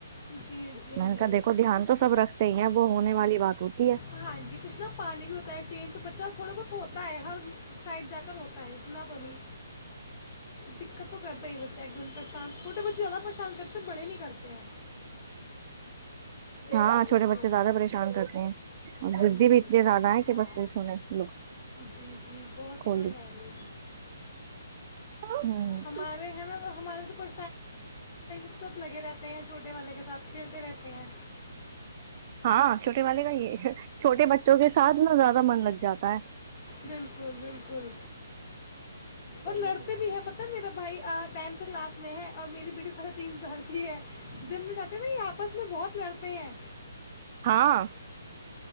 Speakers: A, on the left; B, on the right.
A: جی جی
B: میں نے کہا دیکھو دھیان تو سب رکھتے ہی ہیں وہ ہونے والی بات ہوتی ہے
A: ہاں جی کچھ نا پانی بھی ہوتا ہے چینج تو ب بچا تھوڑا بہت ہوتا ہے ہر سائڈ چکر ہوتا ہے اتنا تو نہیں دقت تو کرتا ہے بچہ ایک دن پچھان چھٹے بچےیاد پھان کرتے بے نہیںے کرتے ہیں اس
B: ہاں
A: وجہ
B: چھوٹے
A: سے
B: بچے زیادہ پریشان کرتے ہیں اور
A: ہاں
B: گردی
A: جی
B: بھی اتنے
A: ہاں
B: زیادہ ہیں کہ
A: ج
B: بس پوچھو نہیں لو
A: جی جی بہت
B: کھول
A: تو
B: دی
A: ہے ہی
B: ہوں
A: ہمارے ہیں نا تو ہمارے <inaudible> سب لگے رہتے ہیں جو چھوٹے والے کے ساتھ کھیلتے رہتے ہیں
B: ہاں چھوٹے والے کا یہ چھوٹے بچوں کے ساتھ نا زیادہ من لگ جاتا ہے
A: بالکل بالکل
B: <inaudible>
A: اور لڑتے بھی ہیں پتہ ہے میرا بھائی ٹینتھ کلاس میں ہے اور میری بیٹی ساھے تین سال کی ہے جب میں چاہتی ہ ن یہ آپس میں بہت لڑتے ہیں
B: ہاں